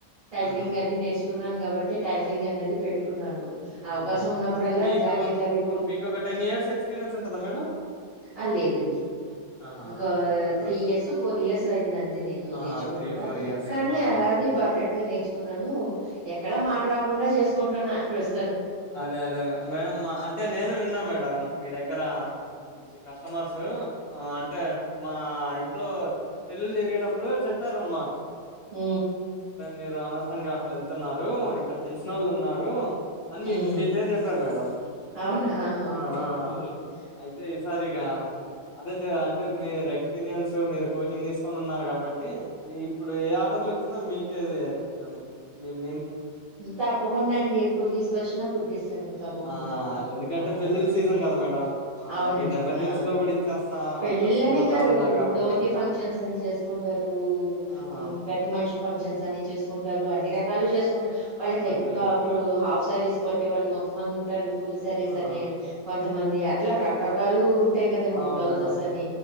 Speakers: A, on the right (about 45°); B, on the left (about 85°).
A: టైలరింగ్
B: ఆహా
A: అది నేర్చుకు ఉన్నాను కాబట్టి టైరింగ్ అనేది పెట్టుకున్నాను అవకాశం
B: ఆహా
A: ఉన్నప్పుడల్లా
B: మీకు
A: జాకెట్లు అవి
B: మీకు ఒక టెన్ ఇయర్స్ ఎక్స్పీరియన్స్ ఉంటదా మేడం
A: అ లేదండి
B: ఆహా!
A: ఒకంకా three
B: rough
A: years four years అయింది అంతే నేను
B: ఆహా
A: నేర్చుకని
B: త్రీ
A: కూడా
B: ఫోర్ ఇయర్స్
A: కానీ
B: ఆహా
A: అది పర్ఫెక్ట్ గా నేర్చుకున్నాను ఎక్కడా మాట్ రాకుండా చేసుకు కుంటున్న ప్రస్
B: అ అదె అదె మె మేడం, అంటె నేను విన్న మేడం, మీ దగ్గర్ ఇక్కడ నుంచి కస్టమర్స్ సు అంటె, మా ఇంట్లొ పెళ్ళిళ్ళ్ జరిగేటప్పుడు, చెప్పారు అనమాట.
A: ఊ
B: మీరు అనవసరంగ అట్ల వెళ్తున్నారు. ఇక్ అక్కడ, తెల్స్
A: హ్మ్
B: నోళ్ళు ఉన్నారు.
A: హ్మ్.
B: మి మీ పేర్ చెప్పారు మేడం.
A: అవునా ఆహా!
B: ఆ
A: ఓకే
B: ఆ అ
A: అండి
B: అయితె ఈసారి ఇగ హ అదైతె అంటె మీర్ ఎక్స్పీరియన్స్ సు మీరు కోచింగ్ తీస్ కొన్ ఉన్నారు కాబట్టి, యిప్పుడు ఏ ఆర్డర్లు యిచ్చిన మీకె అది అంత్ మీ మ
A: తప్పకుండ అండి ఎప్పుడు తీసుకొచ్చిన ఆ కుట్టిస్తాను తప్పకుండ.
B: ఆ ఎందుకంటే
A: ఆ
B: పెళ్ళిళ్ళ
A: అంటె
B: సీజన్ కదా మేడం ఆ
A: ఔనండి
B: మీరు ఎమర్జెన్సీలో
A: ఆ
B: కూడా ఇచ్చేస్తా
A: పెళ్ళిళ్ళు
B: వర్కర్స్
A: అని
B: కూడా ఉన్నారు
A: కాదు,
B: అన్నారు కాబట్టి
A: దోతి ఫంక్షన్స్ అని జేస్ కుంటరూ
B: ఆహా
A: ఉమ్ పెద్ద మన్ షి ఫంక్షన్స్ అన్ని చేస్ కుంటారు. అన్ని రకాలు జేస్ హ వాళ్ళకి యెప్పుడు
B: ఓకే
A: కప్పుడు
B: ఓకే
A: హాఫ్ శారీస్ కొట్టె వాళ్ళు కొంతమంది ఉంటారు. పుల్ సరిస్
B: ఆహా
A: అని కొంత్ కొంతమంది అట్ల రకరకాలూ ఉంట్ ఉంటాయ్ గదండి.
B: అవును
A: బ్లౌజెస్
B: మేడం
A: అని